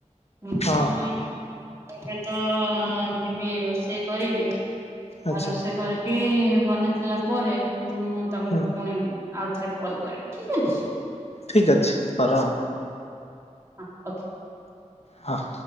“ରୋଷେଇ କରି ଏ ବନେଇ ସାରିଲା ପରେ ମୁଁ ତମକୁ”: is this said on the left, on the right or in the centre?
Right